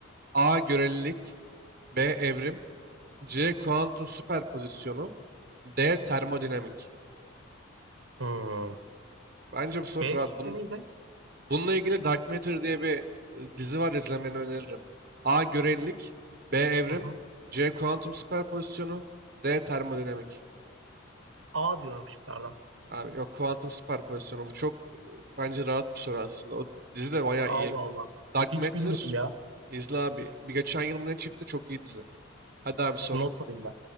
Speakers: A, on the right (about 45°); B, on the right (about 65°).
A: A. Görelilik. B. Evrim. C. Kuantum süperpozisyonu. D. Termodinamik.
B: Hmm.
A: Bence bu soru
B: B
A: rahat.
B: şıkkı
A: Bunu
B: neydi?
A: Bununla ilgili Dark Matter diye bir e, dizi var izlemeni öneririm. A. Görelilik B. Evrim
B: Hı hı.
A: C. Kuantum süperpozisyonu D. Termodinamik.
B: A diyorum şıklardan.
A: Abi yok kuantum süperpozisyonu bu çok e, bence rahat bir soru aslında. O dizi de bayağı
B: Allah
A: iyi.
B: Allah.
A: Dark
B: Hiç
A: Matter
B: bilmiyorum ya.
A: izle abi. Bir geçen yıl mı ne çıktı çok iyi dizi. Hadi abi sor.
B: Bu Not alayım ben.